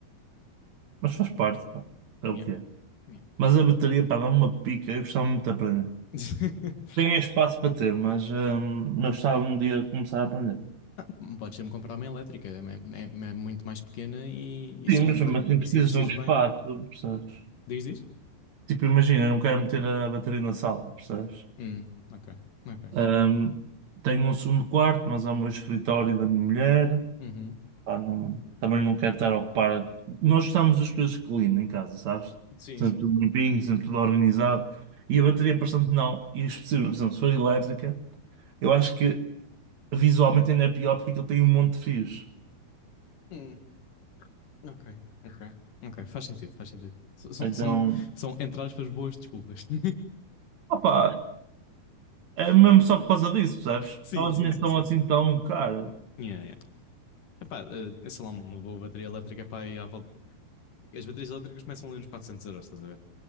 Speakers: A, on the right (about 55°); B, on the left (about 60°).
A: Mas faz parte, pá. É o
B: yeah,
A: que é.
B: yeah.
A: Mas a bateria, pá, dá-me uma pica. Eu gostava muito de aprender.
B: <laughs>
A: Tenho espaço para ter, mas, hum, mas gostava um dia de começar a aprender.
B: Ah, Podes sempre comprar uma elétrica, é, é- é é muito mais pequena e, e
A: Sim,
B: se comprar,
A: mas, mas assim,
B: e
A: precisas
B: se investires
A: de um espaço,
B: bem,
A: percebes?
B: diz, diz?
A: Tipo, imagina, eu não quero meter a bateria na sala, percebes?
B: Hum, ok, ok.
A: Hum, tenho um segundo quarto, mas há o meu escritório da minha mulher.
B: Uhum.
A: Pá, não- também não quero estar a ocupar. Nós gostamos das coisas clean em casa, sabes?
B: Sim,
A: Sempre tudo limpinho, sempre tudo organizado. E a bateria, bastante não. E especialmente, por exemplo, se for elétrica, eu acho que visualmente ainda é pior porque aquilo tem um monte de fios.
B: sim. Ok, ok, ok, faz sentido, faz sentido. S- São,
A: Então,
B: são, são entre aspas, boas desculpas. <laughs>
A: opá, é mesmo só por causa disso, percebes?
B: Sim,
A: Elas
B: sim,
A: nem
B: sim,
A: estão
B: sim.
A: assim tão caras.
B: Yeah, yeah. Epá, eh, sei lá, uma boa bateria elétrica, pá, aí à volta. As baterias elétricas começam ali nos 400 euros, estás a ver?